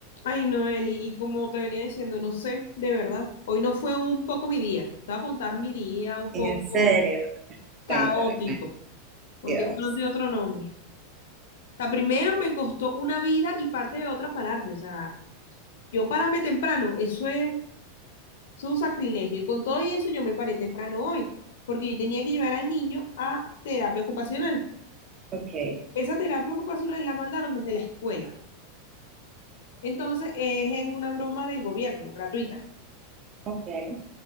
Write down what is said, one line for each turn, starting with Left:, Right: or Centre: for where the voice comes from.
Left: Ay, Noeli, y como te venía diciendo, no sé, de verdad, hoy no fue un poco mi día. Te voy a contar mi día un poco
Right: En serio,
Left: caótico,
Right: cuéntame, cuéntame.
Left: porque
Right: Dios.
Left: eso no tiene otro nombre. O sea, primero me costó una vida y parte de otra pararme. O sea, yo pararme temprano, eso es, eso es un sacrilegio. Y con todo y eso yo me paré temprano hoy, porque yo tenía que llevar al niño a terapia ocupacional.
Right: Ok,
Left: Esa terapia ocupacional la mandaron desde la escuela. Entonces es en una broma del gobierno, gratuita.
Right: ok,